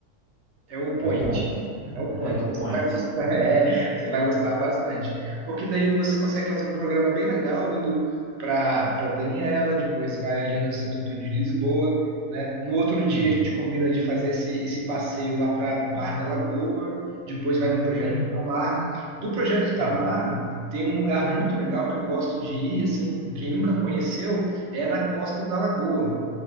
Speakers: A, on the right (about 60°); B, on the left (about 50°).
A: É o point.
B: É o ponto.
A: É o
B: <laughs>
A: point.
B: É o point.
A: Você vai gostar, <laughs> é, você vai gostar bastante. Porque daí você consegue fazer um programa bem legal indo para para Daniela, depois vai ali no Santo Antônio de Lisboa, né? No outro dia
B: Uhum,
A: a gente combina de fazer esse, esse passeio lá para Barra da Lagoa, depois vai no Projeto
B: uhum,
A: Itamar. Do Projeto Itamar
B: uhum.
A: tem um lugar muito legal que eu gosto de ir, assim, quem nunca conheceu, é na Costa da Lagoa.